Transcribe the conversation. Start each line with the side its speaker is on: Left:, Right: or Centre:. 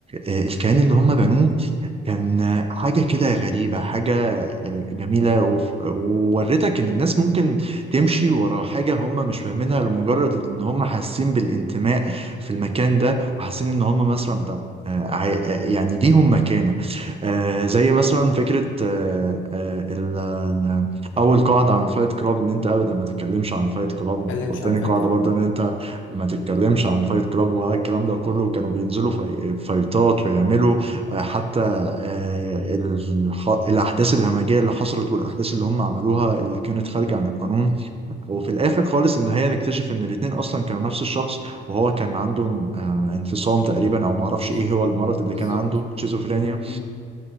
Right: آه، الكيان اللي هم بنوه كان حاجة كده غريبة حاجة آه، جميلة وف- وورتك إن الناس ممكن تمشي ورا حاجة هم مش فاهمينها لمجرد إن هم حاسين بالانتماء في المكان ده وحاسين إن هم مثلا بتاع آه، عي- آه، يعني ليهم مكانة آه، زي مثلا فكرة آه، آه، ال- آه، أول قاعدة عن فايت كلاب إن أنت أبدا ما تتكلمش عن فايت كلاب
Left: متكلمش
Right: وتاني
Left: عن فايت
Right: قاعدة
Left: كلاب
Right: برضه إن أنت ما تتكلمش عن فايت كلاب والكلام ده كله كانوا بينزلوا في- فايتات ويعملوا آه، حتى آه، الح... الأحداث الهمجية اللي حصلت والأحداث اللي هم عملوها اللي كانت خارجة عن القانون وفي الآخر خالص إن هي نكتشف إن الاتنين أصلا كانوا نفس الشخص وهو كان عنده آه، انفصام تقريبا أو معرفش
Left: سكيزوفرينيا
Right: إيه هو المرض اللي
Left: بالظبط
Right: كان عنده شيزوفرينيا
Left: مم.